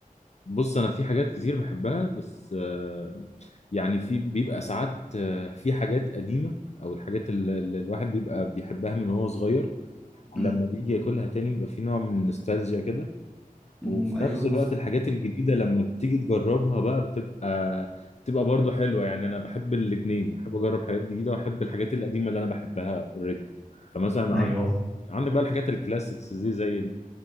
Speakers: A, on the left (about 50°); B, in the centre.
A: بص انا في حاجات كتير بحبها بس آه، يعني في بيبقى ساعات آه، في حاجات قديمة او الحاجات اللي اللي الواحد بيبقى بيحبها من وهو صغير
B: أمم،
A: لما بيجي ياكلها تاني بيبقى في نوع من النوستالجيا كده
B: أمم،
A: وفي
B: ايوه
A: نفس الوقت الحاجات الجديدة لما بتيجي تجربها بقى بتبقى بتبقى برضو حلوة يعني انا بحب الاتنين بحب اجرب حاجات جديدة واحب الحاجات القديمة اللي انا بحبها اوريدي فمثلا
B: ايوه
A: عن- عندك بقى الحاجات الكلاسيكس دي زي